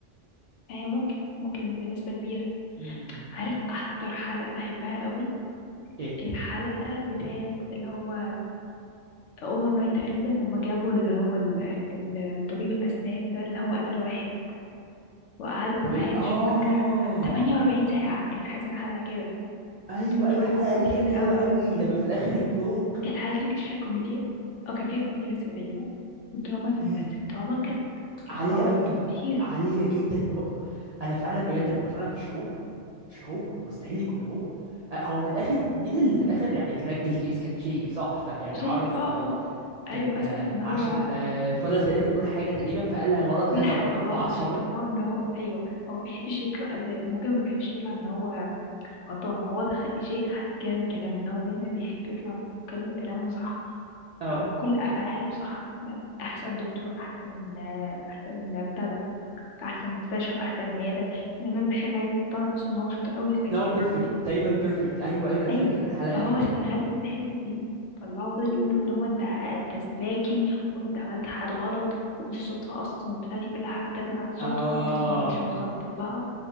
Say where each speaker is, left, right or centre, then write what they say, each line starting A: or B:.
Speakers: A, on the left; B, on the right.
A: هي ممكن ممكن بنسبة كبيرة
B: امم
A: عارف اكتر حلقة بحبها قوي
B: ايه
A: الحلقة بتاعت اللي هو اوفر نايت تقريبا لما جابوا اللي هو ال- ال- طبيب الاسنان ده اللي هو قتل واحد وقعدوا معاه
B: طب ايه
A: مش
B: اه
A: فاكرة 48 ساعة كانت اسم الحلقة كده
B: ايوه
A: 48
B: ايوه الحلقه دي كانت حلوه
A: hours
B: قوي لما في الاخر يبروك
A: الحلقة دي كانت فيها كوميديا او كان فيها كوميديا بس قليلة والدراما
B: مم.
A: بس الدراما كانت
B: عاليه
A: يا خرابي
B: قوي
A: دول كتير
B: عاليه جدا اللي هو انا فعلا بجد انا مقتنع إن مش هو مش هو مستحيل يكون هو أه، هو من الاخر مين اللي في الاخر يعني كراك الكيس كان جيك صح يعني
A: جاك
B: عرف
A: اه
B: آه،
A: اه
B: كان
A: ايوه
B: آه،
A: اثبت ان
B: عشان
A: هو
B: آه، فضل تقريبا يقول حاجه تقريبا فقالها غلط
A: كل
B: كذا
A: حاجه
B: مره
A: غلط
B: فعصبه
A: عشان يطلعه ان هو ايوه هو ما بيحبش يطلع المجرم ما بيحبش يطلع ان هو غلطان هو ده خ- جاك حس كده من كلامه ان هو دايما بيحب يطلع كل كلامه صح
B: اه
A: او كل افعاله صح ما- احسن دكتور احسن آه، احسن بتاع ده احسن مستشفى احسن عياده دايما بيحب عايز يطلع نفسه ان هو شاطر قوي وذكي
B: نو بيرفكت
A: قوي
B: دايما بيرفكت ايوه ايوه انا فاكر
A: ايوه
B: الحلقه
A: فهو
B: دي بجد
A: استغل الحته دي طلعه فضل يقول له ان هو انت انت سلاكي وانت عملت حاجات غلط ومش صدفه اصلا البتاعه دي كلها جت معاك صدفه
B: اه
A: وانت اصلا ما كنتش مخطط لها